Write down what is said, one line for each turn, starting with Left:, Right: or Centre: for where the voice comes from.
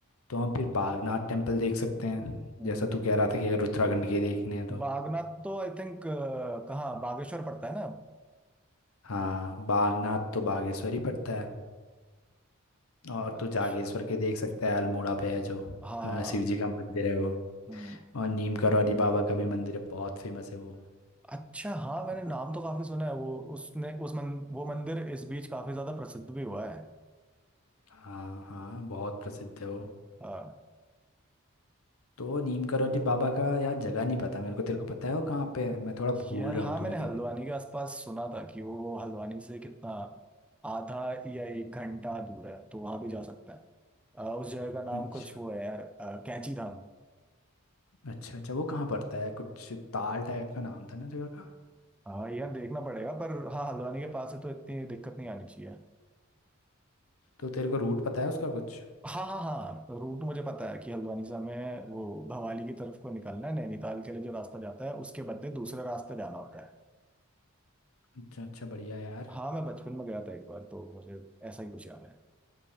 Left: तो हम फिर बागनाथ टेम्पल देख सकते हैं
Centre: हम्म,
Left: जैसा तू कह रहा था कि अगर उत्तराखंड के देखने हैं तो
Centre: बागनाथ तो आई थिंक कहाँ बागेश्वर पड़ता है ना
Left: हाँ बागनाथ तो बागेश्वर ही पड़ता है और
Centre: अच्छा
Left: तो जागेश्वर के देख सकता है अल्मोड़ा पे है जो
Centre: हाँ
Left: अ, शिव जी का मंदिर है वो
Centre: हम्म,
Left: और नीम करौली बाबा का भी मंदिर है बहुत फेमस है वो
Centre: अच्छा हाँ मैंने
Left: जी।
Centre: नाम तो काफी सुना है वो उसने उस मन, वो मंदिर इस बीच काफी ज्यादा प्रसिद्ध भी हुआ है
Left: हाँ हाँ बहुत प्रसिद्ध है वो
Centre: हाँ
Left: तो नीम करौली बाबा का यार जगह नहीं पता मेरे को तेरे को पता है वो कहाँ पे है मैं थोड़ा भूल
Centre: यार
Left: रहा
Centre: हाँ
Left: हूँ
Centre: मैंने
Left: तूने कहीं
Centre: हल्द्वानी के आसपास सुना था कि वो हल्द्वानी से कितना आधा या एक घंटा दूर है तो वहां भी जा सकते हैं अ, उस जगह का नाम
Left: अच्छा
Centre: कुछ वो है यार अ, कैंची धाम
Left: अच्छा अच्छा वो कहाँ पड़ता है कुछ ताल टाइप का नाम था ना जगह का
Centre: हाँ यार देखना पड़ेगा पर हाँ हल्द्वानी के पास है तो इतनी दिक्कत नहीं आनी चाहिए
Left: तो तेरे को रूट पता है उसका कुछ
Centre: हाँ हाँ हाँ रूट मुझे पता है कि हल्द्वानी से हमें वो भवाली की तरफ को निकलना है नैनीताल के लिए जो रास्ता जाता है उसके बदले दूसरे रास्ते जाना होता है
Left: अच्छा अच्छा बढ़िया यार
Centre: हाँ मैं बचपन में गया था एक बार तो मुझे ऐसा ही कुछ याद है